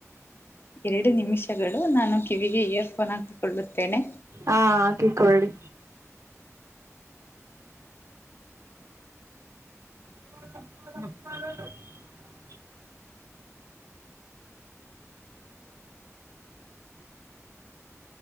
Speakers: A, on the left; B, on the right.
A: ಎರಡು ನಿಮಿಷಗಳು ನಾನು ಕಿವಿಗೆ ಇಯರ್ಫೋನ್ ಹಾಕಿಕೊಳ್ಳುತ್ತೇನೆ
B: ಹಾ ಹಾಕಿಕೊಳ್ಳಿ <unintelligible>